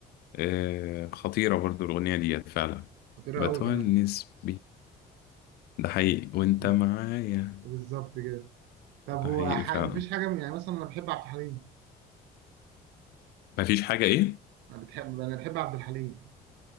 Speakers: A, on the left; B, on the right.
A: آه خطيرة برضو الأغنية ديت فعلا
B: خطيرة
A: بتونس
B: أوي كمان
A: ده حقيقي وانت
B: مم.
A: معايا
B: بالظبط كده طب هو
A: ده حقيقي
B: ح...
A: فعلا
B: مفيش حاجة من... يعني مثلا أنا بحب عبد الحليم
A: مفيش حاجة ايه
B: أنا بتحب أنا بحب عبد الحليم